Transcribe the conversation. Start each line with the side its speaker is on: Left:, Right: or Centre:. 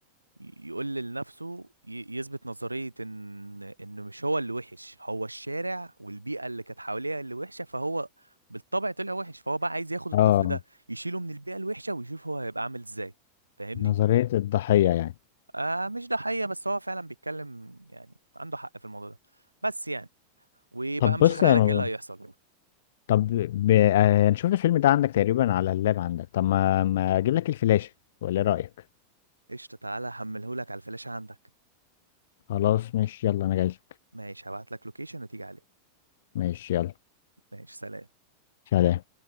Right: يقول لنفسه ي- يثبت نظرية ان انه مش هو اللي وحش هو الشارع والبيئة اللي كانت حواليه اللي وحشة فهو بالطبع طلع وحش فهو بقى عايز ياخد الطفل
Left: اه
Right: ده يشيله من البيئة الوحشة ويشوف هو هيبقى عامل ازاي فاهمني؟
Left: نظرية الضحية يعني
Right: آه مش ده حقيقة بس هو فعلا بيتكلم يعني عنده حق في الموضوع ده بس يعني وبقى
Left: طب
Right: مش
Left: بص
Right: هحرق
Left: يا
Right: لك
Left: مروان،
Right: ايه اللي هيحصل
Left: طب ب... آه، هنشوف الفيلم ده عندك تقريبا على اللاب عندك طب ما ما اجيب لك الفلاشة ولا إيه رأيك
Right: قشطة تعالى هحملهولك على الفلاشة عندك
Left: خلاص ماشي يلا انا جاي لك.
Right: ماشي هبعت لك لوكيشن وتيجي عليه
Left: ماشي يلا
Right: ماشي سلام
Left: سلام